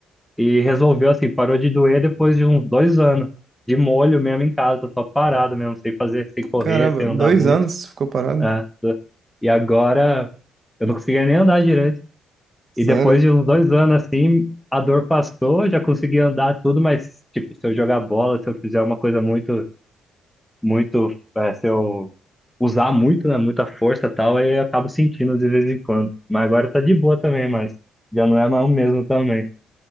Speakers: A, in the centre; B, on the right.
A: E resolveu assim, parou de doer depois de uns dois anos, de molho mesmo em casa, só parado mesmo, sem fazer, sem correr,
B: Caramba,
A: sem andar
B: dois
A: muito.
B: anos ficou parado.
A: né? E agora eu não conseguia nem andar direito.
B: Sério?
A: E depois de uns dois anos assim, a dor passou, já consegui andar tudo, mas tipo, se eu jogar bola, se eu fizer uma coisa muito muito, é, se eu usar muito, né, muita força e tal, aí eu acabo sentindo de vez em quando. Mas agora tá de boa também, mas já não é mais o mesmo também.